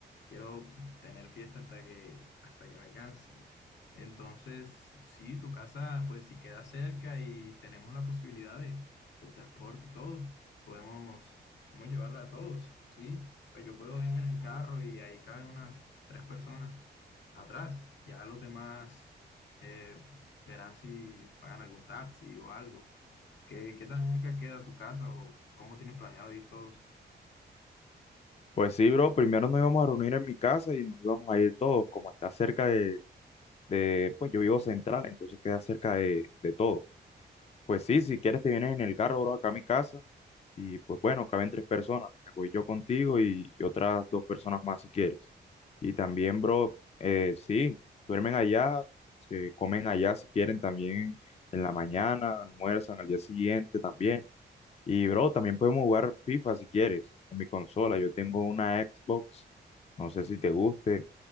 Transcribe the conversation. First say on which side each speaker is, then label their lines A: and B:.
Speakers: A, on the left (about 80°); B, on the left (about 35°).
A: quiero tener fiesta hasta que, hasta que me canse. Entonces, sí, tu casa, pues si queda cerca y tenemos la posibilidad de, del transporte y todo, podemos, podemos llevarla a todos, ¿sí? Pues yo puedo ir en el carro y ahí caben unas tres personas atrás. Ya los demás eh, verán si pagan algún taxi o algo. ¿Qué, qué tan cerca queda tu casa o cómo tienes planeado ir todos?
B: Pues sí, bro, primero nos íbamos a reunir en mi casa y nos íbamos a ir todos, como está cerca de, de pues yo vivo central, entonces queda cerca de, de todo. Pues sí, si quieres te vienes en el carro, bro, acá a mi casa. Y pues bueno, caben tres personas. Me voy yo contigo y, y otras dos personas más si quieres. Y también, bro, eh, sí, duermen allá, se comen allá si quieren también en la mañana, almuerzan al día siguiente también. Y, bro, también podemos jugar FIFA si quieres en mi consola. Yo tengo una Xbox, no sé si te guste